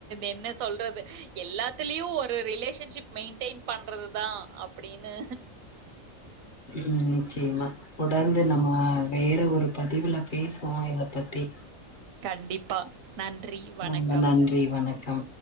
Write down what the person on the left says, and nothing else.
உம் நிச்சயமா தொடர்ந்து நம்ம வேறு ஒரு பதிவுல பேசுவோம் இத பத்தி
ரொம்ப நன்றி வணக்கம்